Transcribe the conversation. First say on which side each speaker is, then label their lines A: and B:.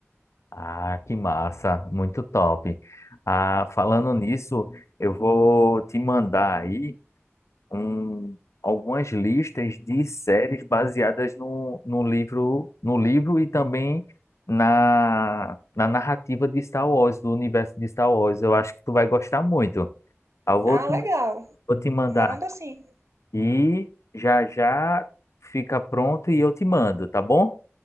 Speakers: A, on the left; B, on the right.
A: Ah, que massa, muito top. Ah, falando nisso, eu vou te mandar aí um, algumas listas de séries baseadas no, no livro, no livro e também na, na narrativa de Star Wars, do universo de Star Wars. Eu acho que tu vai gostar muito. Ah, Eu vou
B: Ah,
A: te,
B: legal.
A: vou te mandar
B: Manda assim.
A: aqui, já já fica pronto e eu te mando, tá bom?